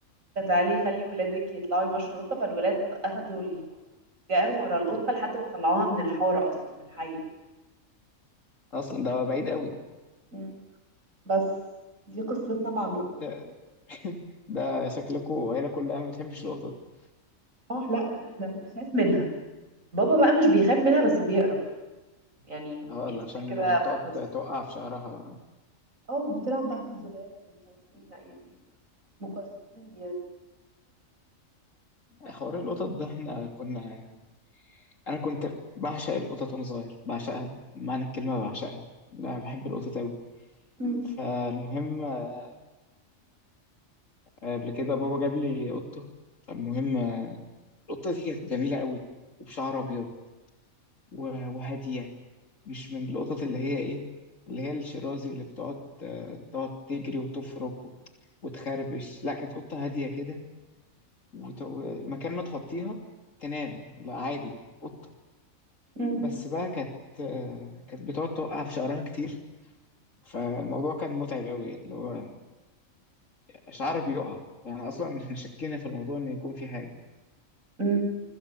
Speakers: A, on the right (about 75°); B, on the left (about 70°).
A: تعالي خلي ولادك يطلعوا يمشوا القطة فالولاد أخدوا القطة جاروا ورا القطة لحد ما طلعوها من الحارة أصلا من الحي
B: <laughs> أصلا ده بعيد قوي
A: مم. بس دي قصتنا مع القطة
B: ده, <laughs> ده شكلكوا عيلة كلها ما بتحبش القطط
A: اه لا احنا بنخاف منها بابا بقى مش بيخاف منها بس بيقرف يعني
B: اه
A: بيحسها
B: عشان
A: كده
B: بتقعد
A: بس
B: توقع في شعرها
A: اه بتلعب بقى في الزبالة مش عارف ايه لا يعني مقززين يعني
B: حوار القطط ده احنا كنا انا كنت بعشق القطط وانا صغير بعشقها بمعنى الكلمه بعشقها لا بحب القطط قوي
A: مم.
B: فالمهم آه، قبل كده بابا جاب لي قطه فالمهم آه، القطه دي كانت جميله قوي وبشعر ابيض و- وهاديه مش من القطط اللي هي ايه اللي هي الشرازي اللي بتقعد آه، تقعد تجري وتفرك و- وتخربش لا كانت قطه هاديه كده وت- ومكان ما تحطيها تنام لا عادي قطه
A: مم.
B: بس بقى كانت آه، كانت بتقعد توقع في شعرها كتير فالموضوع كان متعب قوي اللي هو شعر بيقع فاحنا اصلا احنا شكينا في الموضوع ان يكون في حاجه
A: مم.